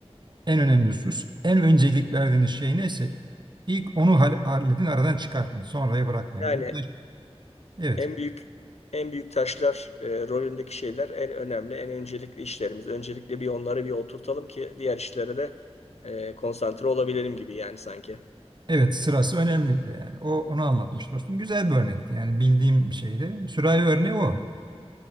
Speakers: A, on the right; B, on the left.
A: en önemli husus, en öncelik verdiğiniz şey neyse ilk onu hal- halledin, aradan çıkartın. Sonraya bırakmayın.
B: Yani
A: Burada evet.
B: en büyük en büyük taşlar e, rolündeki şeyler en önemli, en öncelikli işlerimiz. Öncelikle bir onları bir oturtalım ki diğer işlere de e, konsantre olabilelim gibi yani sanki.
A: Evet, sırası önemli diyor yani. O onu anlatmış dostum. Güzel bir örnekti. Yani bildiğim bir şeydi. Sürahi örneği o.